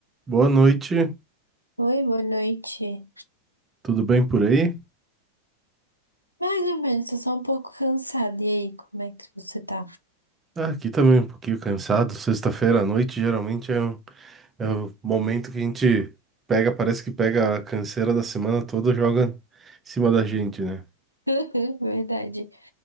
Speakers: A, on the right; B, on the left.
A: Boa noite,
B: Oi, boa noite.
A: tudo bem por aí?
B: Mais ou menos, tô só um pouco cansada. E aí, como é que você tá?
A: Ah, aqui também um pouquinho cansado. Sexta-feira à noite geralmente é, um- é o momento que a gente pega, parece que pega a canseira da semana toda, e joga em cima da gente, né?
B: <laughs> Verdade.